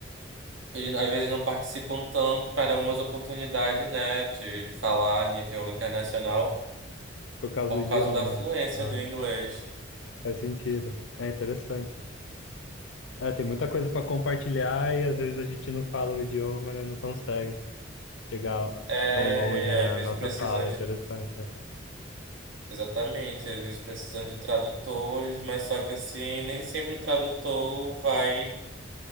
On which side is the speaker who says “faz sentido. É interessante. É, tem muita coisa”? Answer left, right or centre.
Left